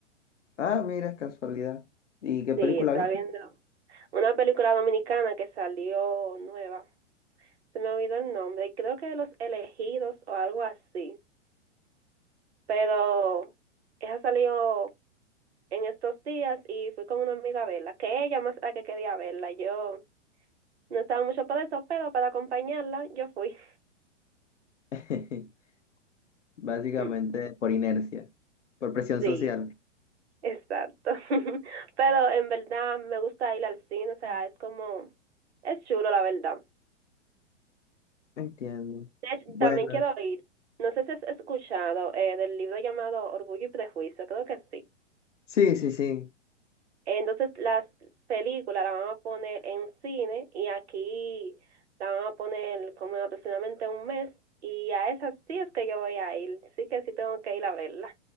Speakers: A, on the left (about 75°); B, on the right (about 60°).
A: Ah, mira, casualidad. ¿Y qué película
B: Sí, estaba
A: vi?
B: viendo una película dominicana que salió nueva. Se me olvidó el nombre y creo que Los Elegidos o algo así. Pero esa salió en estos días y fui con una amiga a verla, que ella más la que quería verla. Yo no estaba mucho para eso, pero para acompañarla yo fui. <laughs>
A: <laughs> Básicamente
B: Mm,
A: por inercia. Por presión
B: Sí,
A: social.
B: exacto. <laughs> Pero en verdad me gusta ir al cine, o sea, es como, es chulo la verdad.
A: Entiendo.
B: De hecho,
A: Bueno,
B: También quiero oír, no sé si has escuchado eh, del libro llamado Orgullo y Prejuicio, creo que sí.
A: sí, sí, sí.
B: Entonces las películas las van a poner en cine y aquí la van a poner como en aproximadamente un mes y a esas sí es que yo voy a ir, sí que sí tengo que ir a verla.